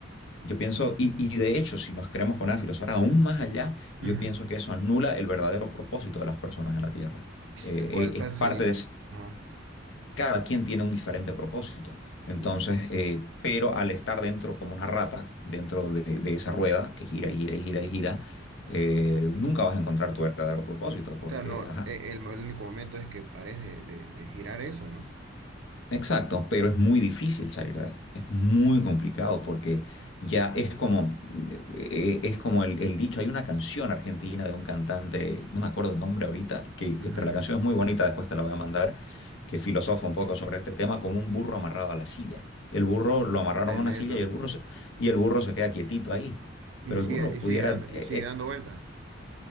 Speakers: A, on the left; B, on the right.
A: yo pienso, y, y de hecho, si nos queremos poner a filosofar aún más allá,
B: ujú.
A: yo pienso que eso anula el verdadero propósito de las personas en la Tierra. Eh,
B: ¿Qué- ¿Cuál,
A: eh, es
B: cuál
A: parte
B: sería?
A: de, ese-
B: Ajá,
A: cada quien tiene un diferente propósito. Entonces,
B: ya.
A: eh, pero al estar dentro como una rata, dentro de, de esa rueda que gira y gira y gira y gira, eh, nunca vas a encontrar tu verdadero propósito porque,
B: Claro, no,
A: ajá,
B: e- el, el único momento es que pares de, de- de girar eso, ¿no?
A: Exacto, pero es muy difícil salir de ahí. Es muy complicado porque ya es como, eh, eh, es como el, el dicho, hay una canción argentina de un cantante, no me acuerdo el nombre ahorita, que, que-
B: Ujú.
A: pero la canción es muy bonita, después te la voy a mandar, que filosofa un poco sobre este tema, como un burro amarrado a la silla. El burro lo amarraron
B: Tremendo.
A: a una silla y el burro se, y el burro se queda quietito ahí,
B: Y
A: pero
B: sigue,
A: el burro
B: y
A: pudiera,
B: sigue dando, y
A: eh,
B: sigue
A: eh,
B: dando vueltas.